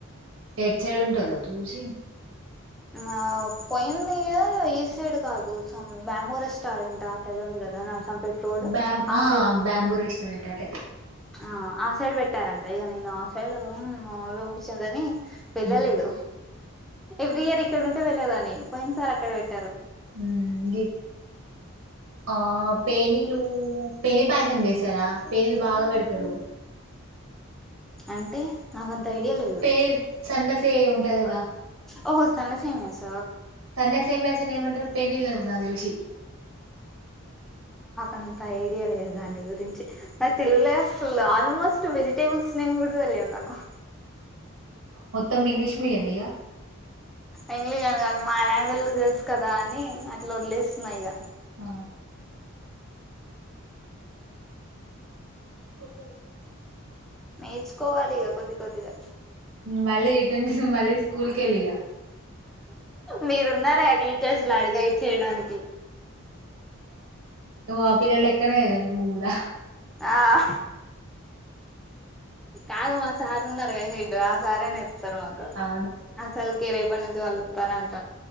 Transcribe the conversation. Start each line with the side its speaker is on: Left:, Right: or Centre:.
Right: ఎడ్ సైడ్ ఉంటదో చూసి
Centre: ఆ పోయింది ఇయర్ ఈ సైడ్ కాదు సమ్ బ్యాబో రెస్టారెంట్ ఆ సైడ్ ఉందికదా న సామ్ పె రాడ్డు
Right: బ్యాం
Centre: ఆస్
Right: ఆ బాంబూ రెస్టోారెంట్ అటే
Centre: ఆ ఆ సైడ్ పెట్టారంట ఇగ నను ఆ సైడ్ ఒంపి చందని వేళ్లలేదు
Right: ఉమ్
Centre: ఎవ్రీ ఇయర్ ఇక్కడ ఉంటే వెళ్లేదాని పోయిన సార్ అక్కడ పెట్
Right: ఉ ఆ పేనీలు పెేనిపాయసం చేసారా పేనీలు బాగా పెడతారు.
Centre: అంటే నాకు ఐడియా లేదు
Right: పేనిల్ సన్న సే్ ఉంటుంది కదా
Centre: ఓో స్స్తనా సేమ్యా స్
Right: సన్నె సే మ్యాసిన న ఏమంటరూ పెనిలం నాకు తెలిసి
Centre: అంత ఐడియా లేదు దాని గురించి నా తెలుగులో అసలు ఆ ఆల్మోస్ట్ వెజిటేబల్స్ నేమ్ కూడా తెలియదు నాకు.
Right: మొత్తం ఇంగ్లీష్ మీడియం ఇక
Centre: ఇంగ్లీష్ అని కాదు మా లాంగ్వేజ్ లో తెలుసు కదా అని అట్లా వదిలేస్తున్నా ఇక
Right: ఆ గగ
Centre: నేర్చుకోవాలి ఇక కొద్ది కొద్దిగా
Right: మళ్ళీ మళ్ళీ స్కూల్కిలిగా
Centre: మీరు ఉన్నారా టీచర్స్ లాగా గైడ్ చేయడానికి.
Right: మా పిల్లలు లేక్కనే నువ్వు కూడా
Centre: ఆ కాదు మా సర్ ఉన్నారు గా హెడ్ ఆ సారే నేర్ తర్వాత
Right: అవును
Centre: అసల కే రేపటి నుంచి వాళ్ళు పరంగ